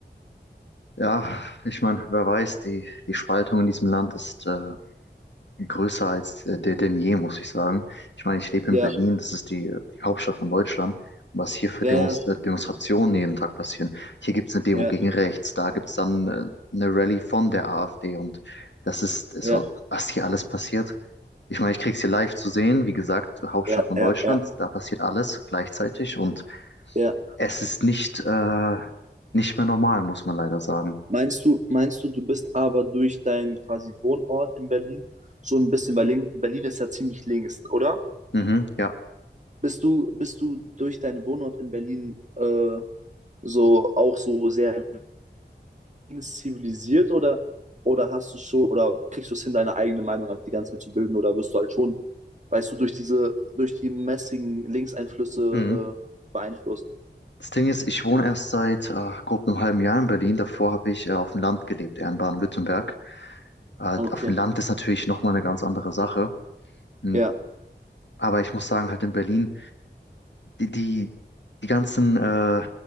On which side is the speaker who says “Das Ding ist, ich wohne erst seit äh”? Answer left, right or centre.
Left